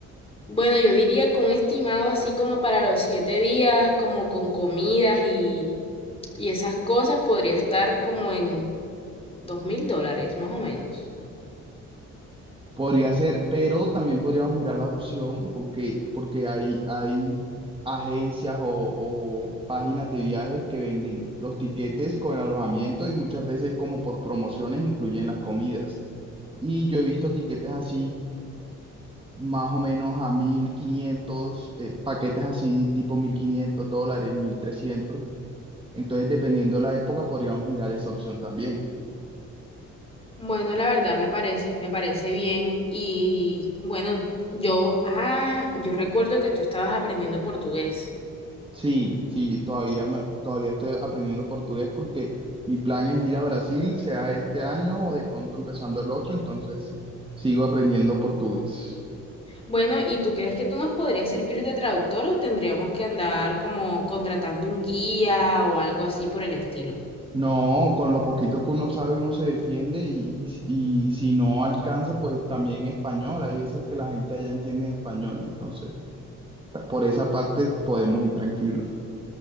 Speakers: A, on the left; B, on the right.
A: bueno, yo diría que un estimado así como para los siete días, como con comidas y, y esas cosas, podría estar como en dos mil dólares, más o menos.
B: Podría ser, pero también podríamos mirar la opción porque, porque hay, hay agencias o, o páginas de viajes que venden los tiquetes con el alojamiento y muchas veces como por promociones incluyen las comidas. Y yo he visto tiquetes así más o menos a 1.500, eh, paquetes así tipo 1.500 dólares, mil trescientos Entonces, dependiendo de la época, podríamos mirar esa opción también.
A: Bueno, la verdad me parece, me parece bien y bueno, yo, ah, yo recuerdo que tú estabas aprendiendo portugués.
B: Sí, sí, todavía, me- todavía estoy aprendiendo portugués porque mi plan es ir a Brasil, sea este año o de pronto empezando el otro, entonces sigo aprendiendo portugués.
A: Bueno, ¿y tú crees que tú nos podrías servir de traductor o tendríamos que andar como contratando un guía o algo así por el estilo?
B: No, con lo poquito que uno sabe, uno se defiende y, y, y si no alcanza, pues también español. Hay veces que la gente allá entiende español, entonces Por esa parte podemos ir tranquilos.